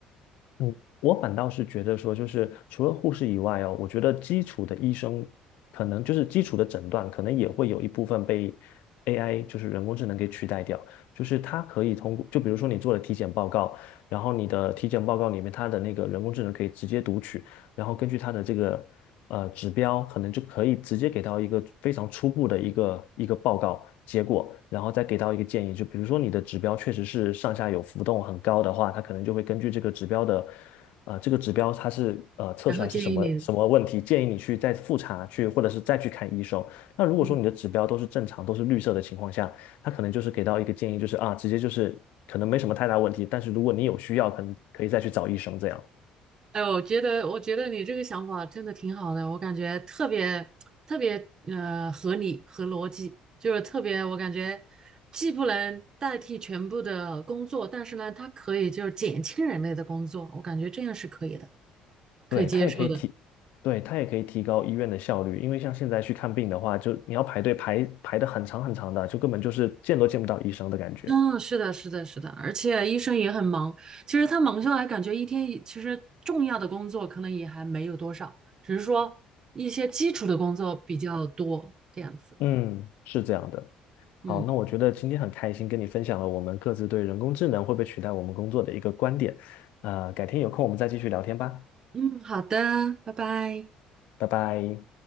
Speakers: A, on the left; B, on the right.
A: 嗯，我反倒是觉得说，就是除了护士以外哦，我觉得基础的医生可能就是基础的诊断，可能也会有一部分被 AI，就是人工智能给取代掉。就是它可以通过，就比如说你做了体检报告，然后你的体检报告里面它的那个人工智能可以直接读取，然后根据它的这个呃指标，可能就可以直接给到一个非常初步的一个一个报告结果，然后再给到一个建议。就比如说你的指标确实是上下有浮动很高的话，它可能就会根据这个指标的。啊、呃这个指标它是呃测出来是什么什么问题，
B: 然后建议你，
A: 建议你去再复查去，或者是再去看医生。那如果说你的指标都是正常，
B: 嗯，
A: 都是绿色的情况下，他可能就是给到一个建议，就是啊，直接就是可能没什么太大问题，但是如果你有需要，可能可以再去找医生这样。
B: 哎，我觉得，我觉得你这个想法真的挺好的，我感觉特别特别呃合理和逻辑，就是特别我感觉既不能代替全部的工作，但是呢，它可以就是减轻人类的工作，我感觉这样是可以的，可以接受的。
A: 对，它也可以提，对，它也可以提高医院的效率，因为像现在去看病的话，就你要排队排排的很长很长的，就根本就是见都见不到医生的感觉。
B: 嗯，是的，是的，是的，而且医生也很忙。其实他忙下来，感觉一天其实重要的工作可能也还没有多少，只是说一些基础的工作比较多，这样子。
A: 嗯，是这样的。好，
B: 嗯
A: 那我觉得今天很开心跟你分享了我们各自对人工智能会不会取代我们工作的一个观点。呃，改天有空我们再继续聊天吧，
B: 嗯，好的，拜拜。
A: 拜拜。